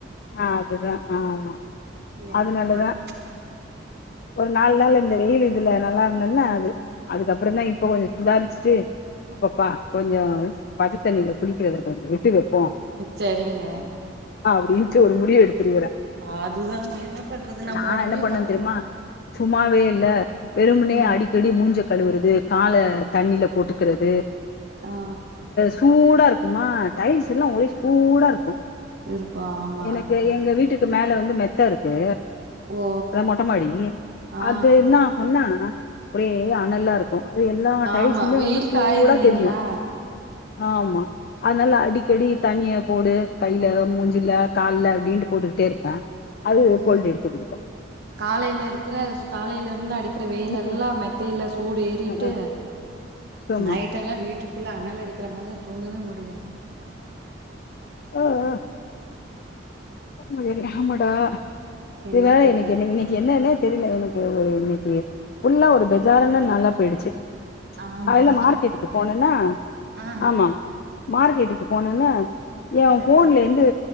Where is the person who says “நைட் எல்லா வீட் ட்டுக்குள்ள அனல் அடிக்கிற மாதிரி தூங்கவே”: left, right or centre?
Right